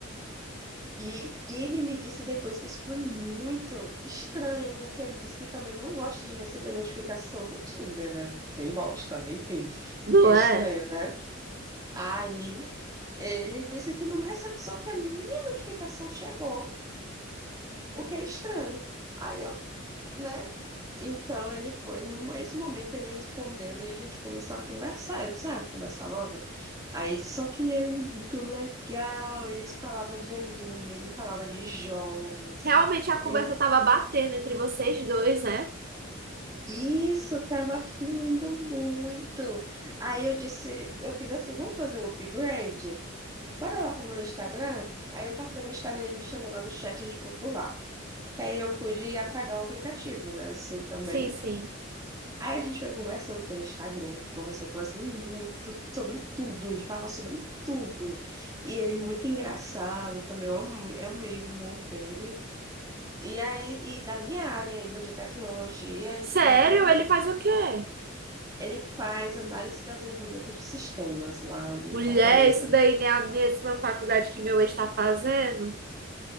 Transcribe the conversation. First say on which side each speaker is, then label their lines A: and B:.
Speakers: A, on the right; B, on the right.
A: E ele me disse depois que isso foi muito estranho, porque ele disse que também não gosta de receber notificação do Tinder, né? Que Quem gosta, né? Enfim,
B: Não
A: fica estranho,
B: é?
A: né? Aí ele disse que não recebe só que a minha notificação chegou, o que é estranho. Aí eu, né? Então ele foi, no mesmo momento ele respondeu e a gente começou a conversar. Eu disse, ah, vou conversar logo. Aí, só que era muito legal, eles falavam de anime, ele falava de jogos.
B: Realmente a conversa
A: Ele-
B: tava batendo entre vocês dois, né?
A: Isso estava fluindo muito. Aí eu disse, eu fiz assim, vamos fazer um upgrade? Bora lá pro meu Instagram? Aí eu passei no Instagram e ele me chamou lá no chat de popular. Que aí eu pude apagar o aplicativo, né? Assim também.
B: Sim, sim.
A: Aí a gente foi conversando pelo Instagram, eu conversou conversando muito sobre tudo, ele fala sobre tudo. E ele é muito engraçado também, eu amo- eu amei o humor dele. E aí, e da minha área ainda de tecnologia,
B: Sério?
A: então
B: Ele faz o quê?
A: ele faz análise e desenvolvimento de sistemas lá em
B: Mulher,
A: Fortaleza.
B: isso daí não é a mesma faculdade que meu ex tá fazendo?